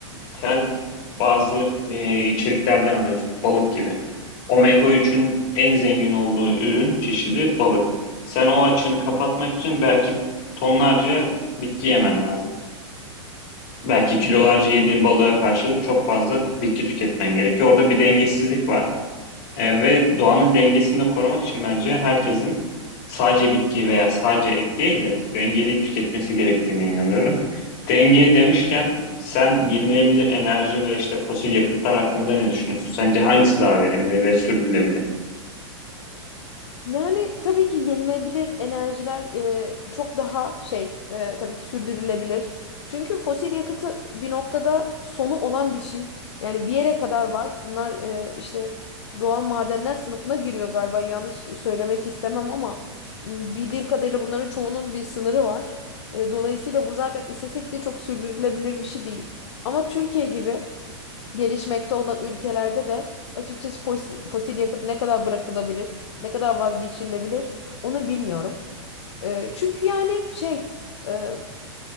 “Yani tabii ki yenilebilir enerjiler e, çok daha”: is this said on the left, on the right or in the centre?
Left